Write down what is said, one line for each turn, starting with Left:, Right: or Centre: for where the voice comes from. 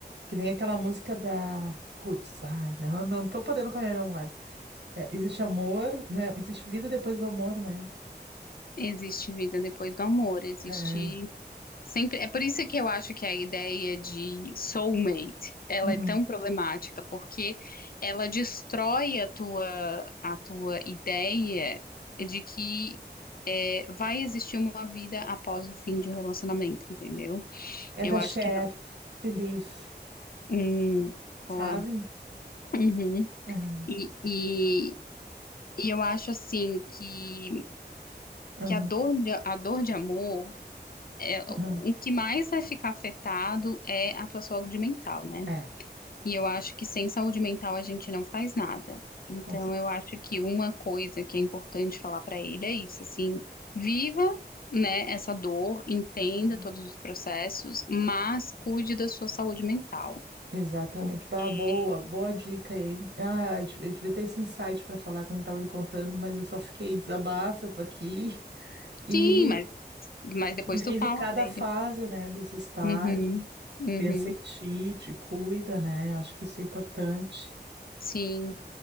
Right: que nem aquela música da, putz, ai, não, não tô podendo com a minha memória. É, existe amor, né, existe vida depois do amor, né?
Left: Existe vida depois do amor, existe
Right: É,
Left: Sempre, é por isso que eu acho que a ideia de soulmate, ela
Right: uhum.
Left: é tão problemática, porque ela destrói a tua, a tua ideia de que é, vai existir uma vida após o fim de um relacionamento, entendeu?
Right: É
Left: Eu
Right: da
Left: acho
Right: Cher,
Left: que não.
Right: Believe,
Left: Hum,
Right: sabe?
Left: boa. Uhum.
Right: Aham,
Left: E, e, e eu acho assim que,
Right: aham,
Left: que a dor de, a dor de amor, é,
Right: aham.
Left: o que mais vai ficar afetado é a tua saúde mental, né?
Right: É,
Left: E eu acho que sem saúde mental a gente não faz nada. Então,
Right: com
Left: eu acho que uma coisa que é importante falar para ele é isso, assim, viva, né, essa dor, entenda
Right: certeza.
Left: todos os processos, mas cuide da sua saúde mental.
Right: Exatamente.
Left: Porque
Right: Bah, boa, boa dica, hein? Ah, eu de- eu devia ter esse insight para falar quando ele estava me contando, mas eu só fiquei desabafo, eu tô aqui <laughs> e,
Left: sim, mas, mas depois
Right: e vive
Left: tu fala
Right: cada
Left: para ele.
Right: fase, né, desse estágio.
Left: Uhum, uhum.
Right: Pensa em ti, te cuida, né? Acho que isso é importante.
Left: Sim.